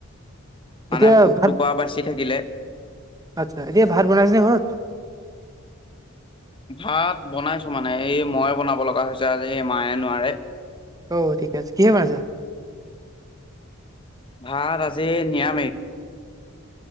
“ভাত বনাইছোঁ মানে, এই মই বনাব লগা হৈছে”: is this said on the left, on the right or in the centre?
Left